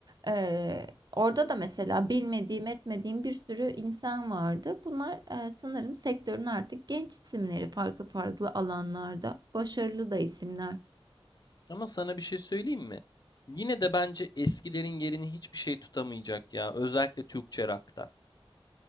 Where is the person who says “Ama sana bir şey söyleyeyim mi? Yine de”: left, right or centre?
Left